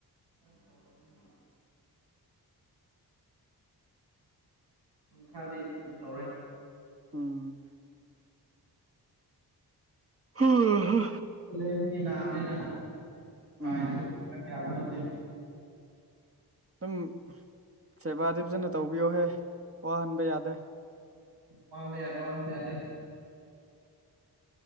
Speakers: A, on the right (about 85°); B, on the right (about 35°).
A: ꯇꯧꯗꯕꯅꯤꯅ ꯈꯔꯗꯤ ꯀꯩꯅꯣ ꯇꯧꯔꯦ
B: ꯎꯝ <unintelligible> ꯑꯥ ꯍꯥ
A: ꯂꯩꯃꯤꯟꯅꯕꯅꯤꯅ ꯀꯥꯏꯅꯁꯨ
B: ꯎꯝ
A: <unintelligible> ꯌꯥꯕ ꯅꯠꯇꯦ
B: ꯑꯗꯨꯝ ꯁꯦꯕꯥꯗꯤ ꯐꯥꯖꯅ ꯇꯧꯕꯤꯌꯣ ꯍꯦ ꯋꯥꯍꯟꯕ ꯌꯥꯗꯦ
A: ꯋꯥꯍꯟꯕ ꯌꯥꯗꯦ ꯋꯥꯍꯟꯕ ꯌꯥꯗꯦ